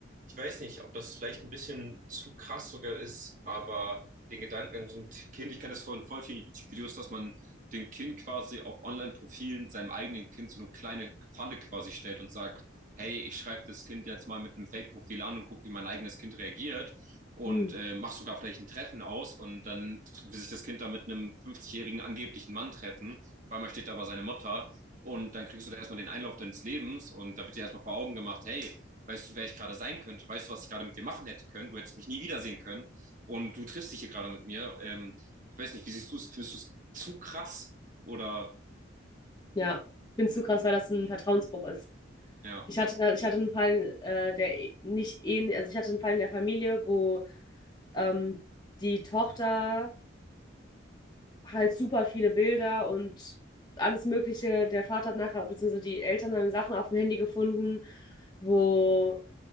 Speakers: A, on the right (about 40°); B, on the left (about 20°).
A: ich weiß nicht, ob das vielleicht ein bisschen zu krass sogar ist, aber den Gedankengang, so ein Kind, ich kenne das von voll vielen YouTube-Videos, dass man dem Kind quasi auf Online-Profilen, seinem eigenen Kind, so eine kleine Falle quasi stellt und sagt, hey, ich schreibe das Kind jetzt mal mit einem Fake-Profil an und gucke, wie mein eigenes Kind reagiert und
B: Hm.
A: äh, mach sogar vielleicht ein Treffen aus und dann will sich das Kind da mit einem 50-jährigen angeblichen Mann treffen. Auf einmal steht da aber seine Mutter und dann kriegst du da erstmal den Einlauf deines Lebens und da wird dir erstmal vor Augen gemacht, hey, weißt du, wer ich gerade sein könnte, weißt du, was ich gerade mit dir machen hätte können, du hättest mich nie wiedersehen können und du triffst dich hier gerade mit mir. Ähm, ich weiß nicht, wie siehst du es? Findest du es zu krass? Oder
B: Ja, ich finde es zu krass, weil das ein Vertrauensbruch ist.
A: ja.
B: Ich hatte da, ich hatte einen Fall, äh, der eh- nicht ähnlich, also ich hatte einen Fall in der Familie, wo ähm, die Tochter halt super viele Bilder und alles Mögliche, der Vater hat nachher, beziehungsweise die Eltern haben Sachen auf dem Handy gefunden, wo